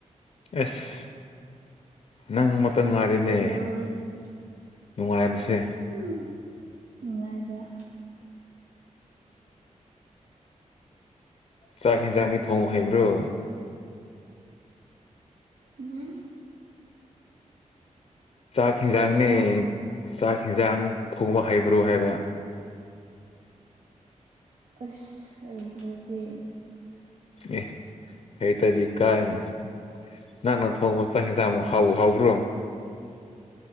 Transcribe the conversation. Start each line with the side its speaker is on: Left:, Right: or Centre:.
Left: ꯑꯁ ꯅꯪ ꯃꯇ ꯉꯥꯏꯔꯦꯅꯦ
Right: ꯀꯩꯗꯧꯔꯨꯅꯤ
Left: ꯅꯨꯡꯉꯥꯏꯕꯁꯦ
Right: <unintelligible> ꯅꯨꯡꯉꯥꯏꯕꯔ
Left: ꯆꯥꯛ ꯍꯦꯟꯖꯥꯡꯗꯤ ꯊꯣꯡꯕ ꯍꯩꯕ꯭ꯔꯣ
Right: ꯍꯨꯝ
Left: ꯆꯥꯛ ꯍꯦꯟꯖꯥꯡꯅꯦ
Right: ꯀꯔꯤ ꯍꯥꯏꯕ
Left: ꯆꯥꯛ ꯍꯦꯟꯖꯥꯡ ꯊꯣꯡꯕ ꯍꯩꯕ꯭ꯔꯣ ꯍꯥꯏꯕ
Right: ꯑꯁ ꯍꯩꯇ꯭ꯔꯗꯤ
Left: ꯑꯦ ꯍꯩꯇꯗꯤ ꯀꯥꯏꯅ ꯅꯪꯅꯥ ꯊꯣꯡꯕ ꯆꯥꯛ ꯍꯦꯟꯖꯥꯡꯕꯨ ꯍꯥꯎꯕꯨ ꯍꯥꯎꯕ꯭ꯔꯣ